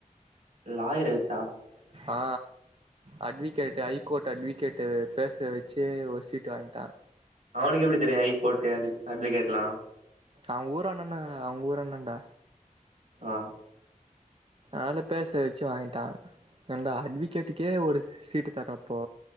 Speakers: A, on the right; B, on the right.
A: லாயர வச்சா
B: ஆ அட்விகேட் ஐ கோர்ட் அட்விகேட்டு பேச வச்சு ஒரு சீட்ட வாங்கிட்டா
A: அவனுக்கு எப்டி தெரியு ஹை கோர்ட் அண்டு அட்வகேட்லா
B: அவுங்க ஊரா அண்ண அவுங்க ஊர் அண்ணடா
A: ஆ
B: ஆள பேச வச்சு வாங்கிட்டா ஏன்டா அட்வகேட்டுக்கே ஒரு சீட்டு தரப்போ